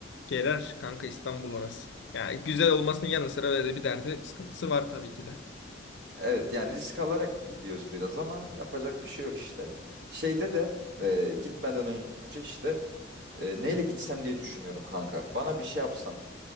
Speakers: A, on the left; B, on the right.
A: gelir kanka İstanbul orası. Ya güzel olmasının yanı sıra öyle de bir derdi sıkıntısı var tabii ki de.
B: Evet yani risk alarak gidiyoruz biraz ama yapacak bir şey yok işte. Şeyde de e, gitmeden önce işte e, neyle gitsem diye düşünüyorum kanka. Bana bir şey yapsan,